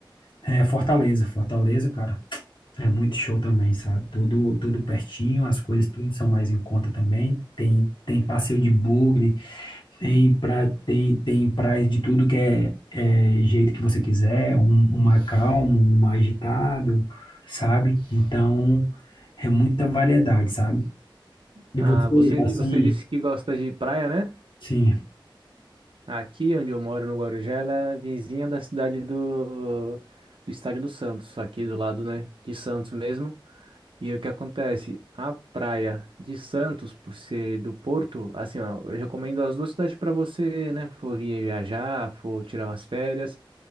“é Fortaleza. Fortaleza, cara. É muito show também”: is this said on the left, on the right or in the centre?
Left